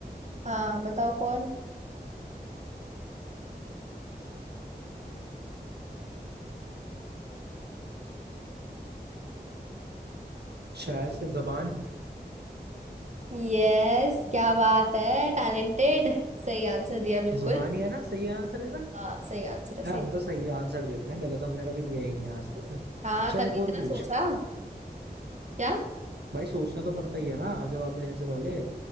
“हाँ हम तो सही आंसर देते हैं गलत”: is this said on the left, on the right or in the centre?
Right